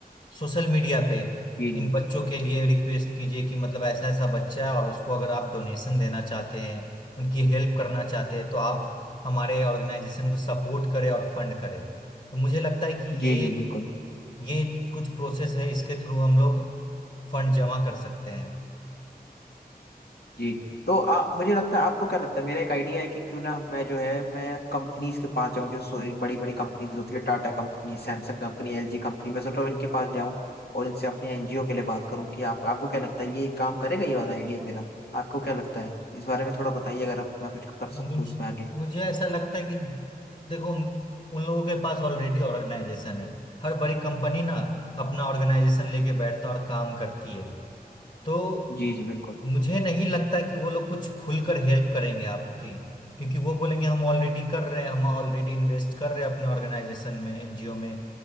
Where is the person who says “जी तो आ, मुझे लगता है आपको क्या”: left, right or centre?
Left